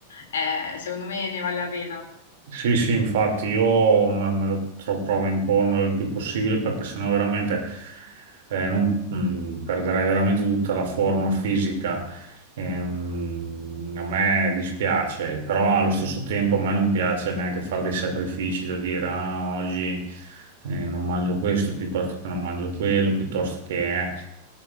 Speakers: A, on the left; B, on the right.
A: eh, secondo me ne vale la pena.
B: Sì, sì, infatti io me, me lo tro- provo a impormelo il più possibile perché sennò veramente eh, non- mh, perderei veramente tutta la forma fisica. Ehm, a me dispiace, però allo stesso tempo a me non piace neanche fare dei sacrifici da dire ah, oggi eh, non mangio questo piuttosto che non mangio quello, piuttosto che... eh.